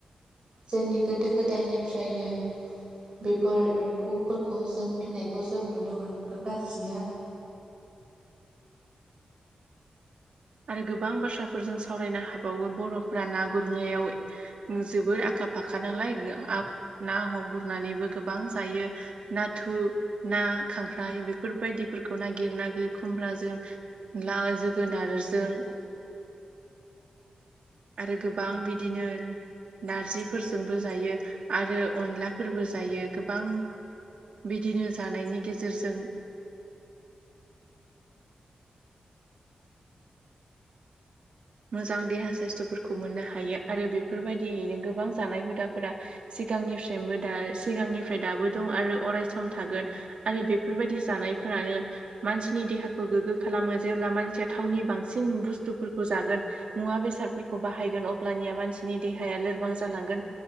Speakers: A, on the right (about 50°); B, on the right (about 65°).
A: जोंनि गोदो गोदायनिफ्रायनो बेफोर एम्फौफोरखौ जों फिसिनायखौ जों नुनो मोनबोगासिनो
B: <inaudible> आरो गोबां बाथ्राफोर जों सावरायनो हाबावो बर'फोरा ना गुरनायाव जोबोद आखा फाखा नालाय ओ आफ ना गुरनानैबो गोबां जायो नाथु ना खांख्राय बेफोरबायदि फोरखौ नागिर नागिर खुमब्राजों लाव जोगोनार जों आरो गोबां बिदिनो नारजिफोरजोंबो जायो आरो अनलाफोरबो जायो गोबां बिदिनो जानायनि गेजेरजों मोजां देहा साइस्थ'फोरखौ मोननो हायो आरो बेफोरबायदियैनो गोबां जानाय हुदाफोरा सि गांनिफ्रायबो दा सिगांनिफ्राय दाबो दं आरो अरायस थागोन आरो बेफोरबायदि जानाय फोरानो मानसिनि देहाखौ गोग्गो खालामो जेब्ला मानसिया थावनि बांसिन बुस्थुफोरखौ जागोन मुवा बेसादफोरखौ बाहायगोन अब्लानिया मानसिनि देहाया लोरबां जालांगोन